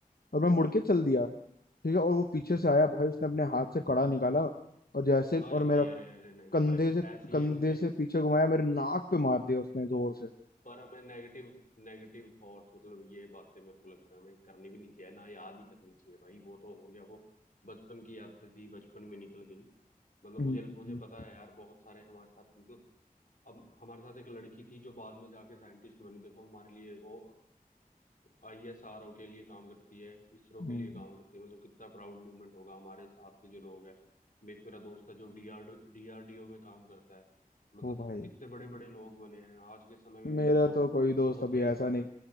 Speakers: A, on the left (about 80°); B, on the left (about 60°).
A: और मैं मुड़ के चल दिया ठीक है और वो पीछे से आया भाई उसने अपने हाथ से कड़ा निकाला और जैसे
B: अरे
A: और
B: भाई
A: मेरा
B: अरे अरे नहीं
A: कंधे
B: भाई
A: से
B: ऐसी
A: कंधे
B: हमने
A: से पीछे घुमाया मेरे नाक पे मार दिया उसने जोर से
B: पर हमें नेगेटिव नेगेटिव थॉट्स मतलब ये बातें मेरे को लगता है हमें करनी भी नहीं चाहिए ना याद ही करनी चाहिए भाई वो तो हो गया वो बचपन की यादें थी बचपन में निकल गई मतलब
A: हम्म
B: मुझे मुझे पता है यार बहुत सारे हमारे साथ मतलब अब हमारे साथ एक लड़की थी जो बाद में जाके साइंटिस्ट बनी देखो हमारे लिए वो आईएसआरओ के लिए काम करती है इसरो के
A: हम्म,
B: लिए काम करती है मतलब कितना प्राउड मोमेंट होगा हमारे साथ के जो लोग हैं एक मेरा दोस्त है जो डीआर डीआरडीओ में काम करता है मतलब
A: ओ भाई
B: कितने बड़े बड़े लोग बने हैं आज के समय में
A: मेरा
B: मेरे दोस्त
A: तो कोई
B: कुछ
A: दोस्त
B: बहुत
A: अभी
B: सारी
A: ऐसा नहीं